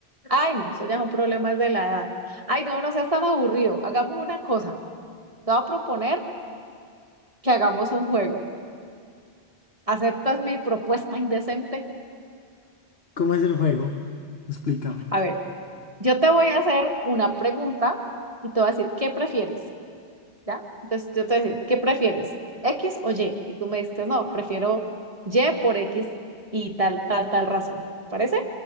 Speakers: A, on the right (about 30°); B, on the left (about 65°).
A: Ay, no, eso ya es un problema de la edad. Ay, no, no seas tan aburrido. Hagamos una cosa. Te voy a proponer que hagamos un juego. ¿Aceptas mi propuesta indecente?
B: ¿Cómo es el juego? Explícame.
A: A ver, yo te voy a hacer una pregunta y te voy a decir, ¿qué prefieres? ¿ya? Entonces yo te voy a decir, ¿qué prefieres? ¿X o Y? Y tú me dices, no, prefiero Y por X y tal, tal, tal razón. ¿Te parece?